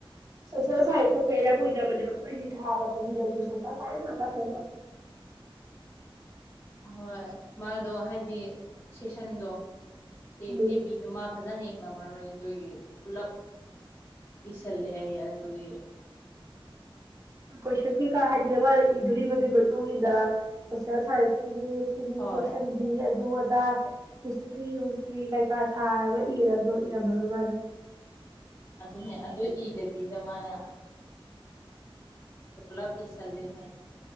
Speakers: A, on the right; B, on the left.
A: ꯁꯣꯁꯤꯌꯦꯜ ꯁꯥꯥꯏꯟꯁꯇ ꯐꯦꯜ ꯌꯥꯝ ꯑꯣꯢꯅꯕꯅꯦ ꯑꯩꯈꯣꯢꯒꯤ ꯊꯥꯕ ꯆꯍꯤꯗꯁꯨ ꯁꯣꯁꯤꯌꯦꯜ ꯁꯥꯢꯟꯁ ꯉꯥꯛꯇ ꯐꯦꯜ ꯑꯣꯢ
B: ꯍꯣꯏ ꯃꯥꯗꯣ ꯍꯥꯏꯗꯤ ꯁꯦꯛꯁꯟꯗꯣ ꯑꯦ
A: ꯎꯝ
B: ꯑꯦ ꯕꯤꯗ ꯃꯥ ꯐꯖꯟ ꯌꯦꯡꯂꯝꯃꯔꯣꯏ ꯑꯗꯨꯒꯤ ꯄꯨꯂꯞ ꯏꯁꯜꯂꯦ ꯍꯥꯢꯌꯦ ꯑꯗꯨꯒꯤ
A: ꯀꯣꯏꯁꯟ ꯀꯩꯀꯥ ꯍꯥꯏꯗꯤ ꯃꯥꯅ ꯏꯗꯨꯔꯤꯕꯗꯨꯒꯤ ꯃꯇꯨꯡ ꯏꯟꯅ ꯁꯣꯁꯤꯌꯦꯜ ꯁꯥꯏꯟꯁꯀꯤꯗꯤ ꯁꯤꯅꯤ
B: ꯍꯣꯏ
A: ꯁꯦꯛꯁꯟ ꯕꯤ ꯑꯗꯨ ꯑꯗ ꯗ ꯍꯤꯁꯇ꯭ꯔꯤ ꯅꯨꯡꯁꯇ꯭ꯔꯤ ꯀꯩꯀꯥ ꯊꯥꯔꯒ ꯏꯔꯕꯗꯣ ꯏꯔꯝꯃꯔꯣꯏ ꯃꯥꯅ
B: ꯑꯗꯨꯅꯦ ꯑꯗꯨ ꯏꯗꯕꯤꯗ ꯃꯥꯅ ꯄꯨꯂꯞ ꯏꯁꯜꯂꯦ ꯍꯥꯏꯗ